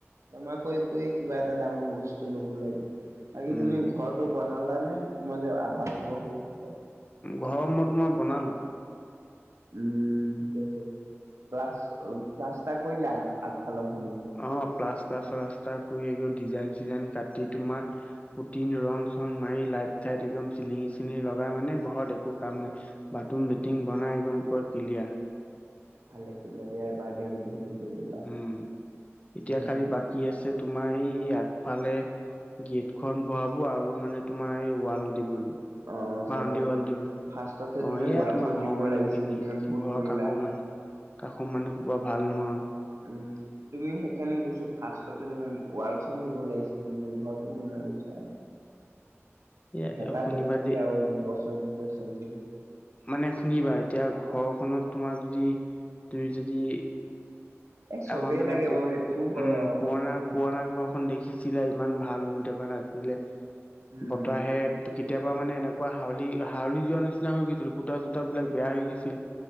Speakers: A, on the right; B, on the left.
A: জমা কৰি কৰিয়ে কিবা এটা ডাঙৰ বস্তু লব লাগিব। বাকী
B: উম
A: তুমি ঘৰটো বনালা নে তোমাৰ যে আধা চল হৈ আছিলে।
B: ঘৰৰ মই তোমাৰ বনালোঁ।
A: উম ঠিকে আছে, প্লাছ, প্লাছতাৰ কৰিলা আগ-আগফালৰ খিনি?
B: অ', প্লাষ্টাৰ চিলাষ্টাৰ কৰি একদম ডিজাইন চিজাইন কাটি তোমাৰ পুটিন ৰং চং মাৰি লাইট চাইট একদম চিলিঙি চিঙি লগাই মানে ঘৰত একো কাম নাই। বাথৰুম লেটিং বনাই একদম পোৰা ক্লিয়াৰ।
A: ভালে কৰিলা দিয়া এবাৰতেই গোটেইখিনি কৰি ললা
B: উম, এতিয়া
A: মানে
B: খালি
A: কি
B: বাকী আছে তোমাৰ এই আগফালে। গেট খন ভৰাব আৰু মানে তোমাৰ এই ৱাল দিবলৈ
A: অ চাইডৰ
B: বাউনডী ৱাল দিবলৈ।
A: ফাৰ্ষ্টতে
B: অ',
A: তুমি
B: এয়া
A: ৱালখন
B: তোমাৰ ঘৰৰ
A: দিব
B: মানুহ
A: লাগিছিলে
B: খিনি
A: তুমি ভুল
B: ঘৰৰ
A: কৰিলা
B: কাষৰ মানুহ। কাষৰ মানুহ খোপা ভাল নহয়।
A: উম। তুমি সেইকাৰণে কৈছোঁ, ফাৰ্ষ্টে উৱাল চোৱাল দিব লাগিছিল, তুমি ঘৰটো মনাই লৈছা।
B: এ
A: ভেটা
B: শুনিবা
A: তুমি কি
B: দেই
A: আৰু বছৰ, বছৰ চ
B: মানে শুনিবা এতিয়া ঘৰখনত তোমাৰ যদি, তুমি যদি
A: এ চবেই
B: আমাৰ মানে
A: লাগে
B: প
A: বাৰু
B: উম,
A: সেইটোও হয় আৰু
B: পুৰণা,
A: উম
B: পুৰণা ঘৰখন দেখি। আছিলে ইমান ভাল হৈ থকা নাছিলে
A: উম
B: বতাহে ত কেতিয়াবা মানে এনেকুৱা হাউলি, হাউলি যোৱা নিচিনা হৈ গৈছিল সূতা চূতাবিলাক বেয়া হৈ গৈছিল।